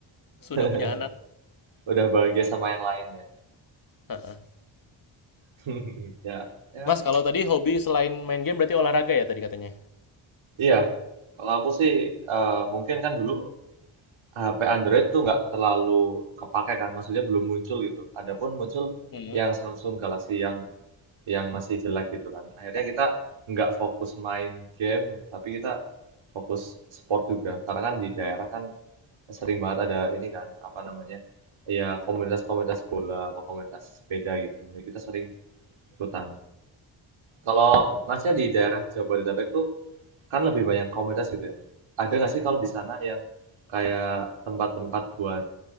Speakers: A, on the left (about 45°); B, on the right (about 80°).
A: sudah punya
B: <laughs>
A: anak.
B: Udah bahagia sama yang lain ya.
A: Heeh.
B: <laughs> Ya, ya.
A: Mas, kalau tadi hobi selain main game berarti olahraga ya tadi katanya?
B: Iya. Kalau aku sih eh, mungkin kan dulu HP Android tuh nggak terlalu kepake kan, maksudnya belum muncul gitu. Adapun muncul
A: Hmm.
B: yang Samsung Galaxy yang tuh, yang masih jelek gitu kan. Akhirnya kita nggak fokus main game, tapi kita fokus sport juga. Karena kan di daerah kan sering banget ada ini kan apa namanya ya komunitas-komunitas bola atau komunitas sepeda gitu jadi kita sering ikutan kalau masnya di daerah Jabodetabek tuh kan lebih banyak komunitas gitu ya mas ada nggak sih kalau di sana yang kayak tempat-tempat buat